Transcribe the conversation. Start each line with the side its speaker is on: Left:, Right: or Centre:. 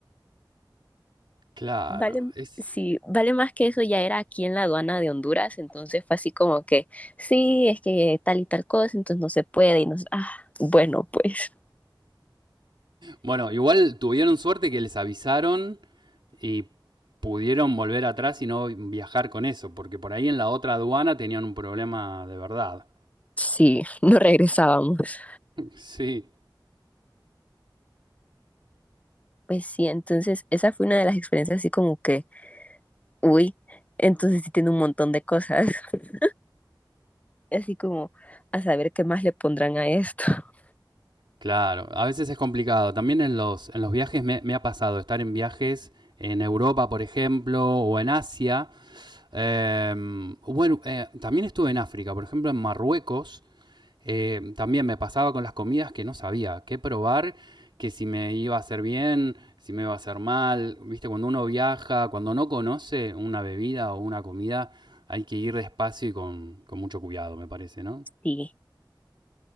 Right: claro.
Left: Vale,
Right: Es...
Left: sí, vale más que eso, ya era aquí en la aduana de Honduras, entonces fue así como que, sí, es que tal y tal cosa, entonces no se puede y nos, ah, bueno, pues
Right: Bueno, igual tuvieron suerte que les avisaron y pudieron volver atrás y no viajar con eso, porque por ahí en la otra aduana tenían un problema de verdad.
Left: sí, <laughs> no regresábamos.
Right: Sí.
Left: Pues sí, entonces esa fue una de las experiencias así como que, uy, entonces sí tiene un montón de cosas, <laughs> así como a saber qué más le pondrán a esto. <laughs>
Right: Claro, a veces es complicado. También en los, en los viajes me, me ha pasado estar en viajes en Europa, por ejemplo, o en Asia, Eh, bueno, eh, también estuve en África, por ejemplo, en Marruecos. eh, también me pasaba con las comidas que no sabía qué probar, que si me iba a hacer bien, si me iba a hacer mal. Viste, cuando uno viaja, cuando no conoce una bebida o una comida, hay que ir despacio y con, con mucho cuidado, me parece, ¿no?
Left: Sí,